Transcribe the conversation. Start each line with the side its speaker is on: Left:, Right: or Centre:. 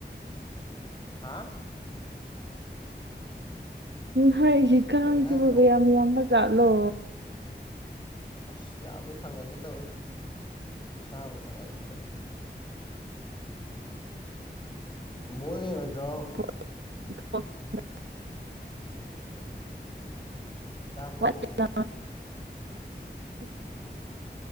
Left: ꯍꯥ
Right: ꯍꯀꯁꯤꯕꯨꯕꯕ
Left: ꯀꯔꯤ ꯍꯥꯏꯕꯅꯣ
Right: ꯌꯥꯝꯃꯤ ꯑꯅ ꯆꯂꯣ
Left: ꯑꯁ ꯌꯥꯝꯃꯤ ꯊꯪꯅꯥꯏꯒꯦ ꯇꯧꯏ ꯁꯥꯥꯕꯨ ꯊꯪꯅꯥꯏꯒꯦ ꯇꯧꯋꯤ ꯕꯣꯜꯅꯤ ꯍꯣꯏꯗ꯭ꯔꯣ
Right: <unintelligible>
Left: ꯇꯥꯕ꯭ꯔꯣ
Right: <unintelligible>